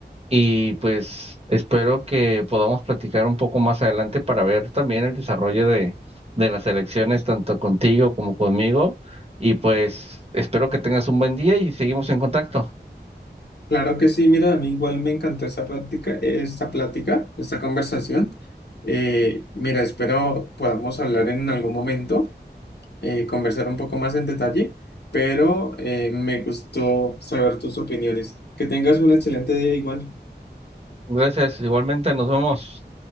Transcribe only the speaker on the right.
Y pues espero que podamos platicar un poco más adelante para ver también el desarrollo de, de las elecciones, tanto contigo como conmigo. Y pues espero que tengas un buen día y seguimos en contacto.
Gracias, igualmente, nos vemos.